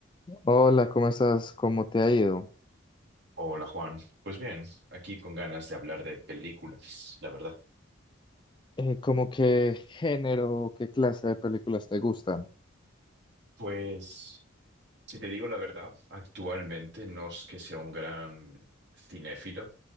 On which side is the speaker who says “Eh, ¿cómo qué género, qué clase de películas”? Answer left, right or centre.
Left